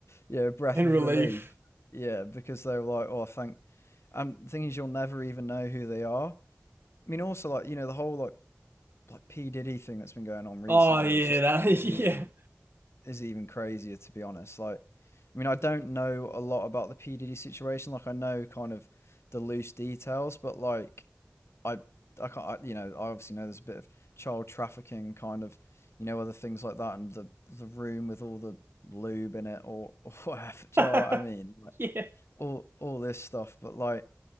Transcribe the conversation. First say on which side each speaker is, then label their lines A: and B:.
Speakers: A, on the left; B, on the right.
A: yeah, know, breath
B: in
A: of
B: relief.
A: relief. Yeah, because they were like, oh, thank and is, you'll never even know who they are. I mean, also like you know the whole like like P Diddy thing that's been going on recently
B: Oh yeah,
A: is just
B: that
A: is
B: <laughs> yeah.
A: even is even crazier to be honest. Like, I mean, I don't know a lot about the P Diddy situation. Like, I know kind of the loose details, but like I I can't I, you know I obviously know there's a bit of child trafficking kind of you know other things like that and the the room with all the lube in it or <laughs> or whatever. Do
B: <laughs>
A: you know what I mean? Like
B: Yeah.
A: all all this stuff, but like